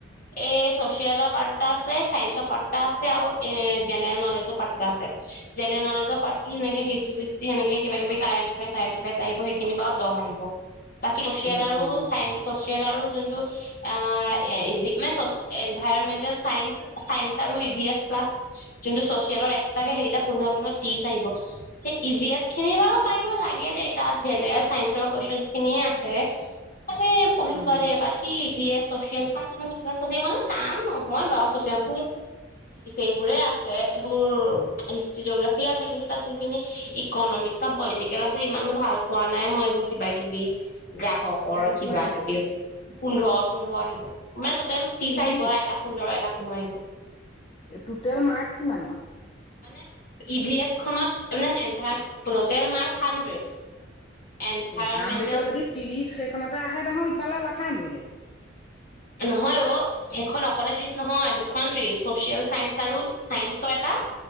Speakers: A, on the left; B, on the left.
A: এ চচিয়েলৰ পাৰ্ট এটা আছে চাইঞ্চৰ পাৰ্ট এটা আছে আৰু এ জেনেৰেল নলেজৰ পাৰ্ট এটা আছে জেনেৰেল নলেজৰ পাৰ্টটো তেনেকে হিষ্ট চিষ্টি সেনেকে কিব কিবি কাৰেণ্ট এফায়াৰচ চাৰেন এফায়াৰচ আহিব সেইখিনি বাৰু দহ আহিব বাকী চচিয়েল
B: উম
A: আৰু
B: উম
A: চাইন্স চচিয়েল আৰু যোনটো অ এ মানে এনভাইৰমেন্টেল চ চন্স আৰু ই ভি এছ প্লাচ যোনটো চচিয়েলৰ এক্সট্ৰাকে সেইকেইটা পোন্ধ পোধৰ টিচ আহিব সেই ই ভিএচ খিনি বাৰু পাৰ লাগে দেই তাত জেনেৰেল চাইন্সৰ কুৱেশন খিনিয়ে আছে মানে পঢ়িছো
B: উম
A: বাৰো দেই বাকী জি এছ চচিয়েল কতনো চচিয়েলজি টান নহয় বাৰু চচিয়েল এইবোৰে আছে এইবোৰ হিষ্ট্ৰি জিঅগ্ৰাফি আছে কিন্তু তাত যোনখিনি ইকনমিক বা পলিটিকেল আছে ইমানো ভাল পোৱা নাই মই এইবোৰ কিবা কিবি গ্ৰাহকৰ
B: সেইবোৰ
A: কিবা
B: কিমান আহিব
A: কিবি পোন্ধ পোন্ধৰ আহিব মই ত টোতেল তিছ
B: ত্ৰিশ
A: আহিব এটা পোন্ধৰ এটা নোৱাৰিব
B: টোটেল মাৰ্ক কিমান ন
A: মানে ই ভি এছ খত মানে টোটেল মাৰ্ক হাণ্ড্ৰেড এনভাইৰনমেন্টেল
B: অ হানড্ৰেটৰ যদি ত্ৰিশ শেষ খনতে আহে দেখো ইফালে লাঠাই মৰিলে
A: নহয় অ' সেইখন অকলে ত্ৰিছ নহয় দুখন ত্ৰিছ চচিয়েল চাইন্স আৰু চাইন্সৰ এটা